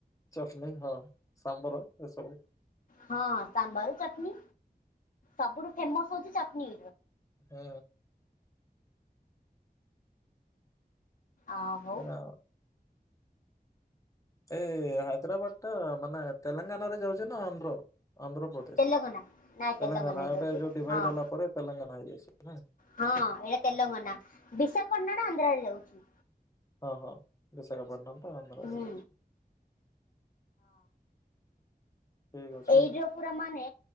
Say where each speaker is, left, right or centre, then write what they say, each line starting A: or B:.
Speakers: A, on the left (about 20°); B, on the left (about 55°).
A: ଚଟଣି ହଁ ସାମ୍ବର ଏସବୁ
B: ହଁ ସାମ୍ବାରୁ ଚଟଣିୀ ସବୁଠୁ ଫେମସ ହଉଛି ଚଟଣି।
A: ହୁଁ।
B: ଆଉ
A: ଆ, ଏ ହାଇଦ୍ରାବାଦ ଟା ମାନେ ତେଲେଙ୍ଗାନା ରେ ଯାଉଛି ନା ଆନ୍ଧ୍ର ଆନ୍ଧ୍ରପ ତେଲେଙ୍ଗାନା
B: ତେଲଙ୍ଗାନା ନାଇଁ ତେଲଙ୍ଗାନା
A: ଏବେ
B: ଯାଉଛି ଏଇଟା
A: ଯୋଉ ଡିଭାଇଡ୍
B: ହଁ
A: ହେଲା ପରେ ତେଲେଙ୍ଗାନା ହେଇଯାଇଛି।
B: ହଁ ଏଇ ତେଲଙ୍ଗାନା ବିଶାଖପଟଣାର ଆନ୍ଧ୍ରରେ ଯାଉଛି।
A: ହଁ ହଁ ବିଶାଖାପାଟନା ତ ଆନ୍ଧ୍ରରେ
B: ହୁଁ
A: ଯାଉଛି। ଠିକ ଅଛି
B: ଏଇତା
A: ଆଉ
B: ପୁରା ମାନେ